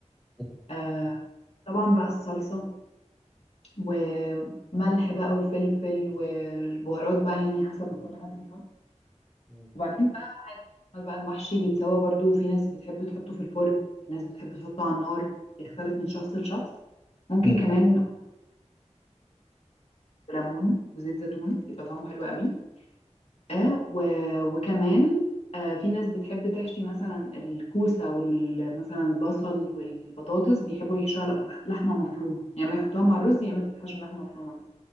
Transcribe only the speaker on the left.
آه طبعا بقى الصلصة وملح بقى وفلفل والبهارات بقى يعني حسب ما كل حد بيحط
وبعدين بقى عمل بقى المحشي بيتسوى برضو في ناس بتحب تحطه في الفرن في ناس بتحب تحطه على النار بيختلف من شخص لشخص ممكن
كمان ليمون وزيت زيتون يبقى طعمه حلو قوي آه و... وكمان آه في ناس بتحب تحشي مثلا الكوسة ومثلا البصل والبطاطس بيحبوا يحشوها لح- لحمة مفرومة يعني ما يحطوها مع الرز يا اما تتحشى لحمة مفرومة بس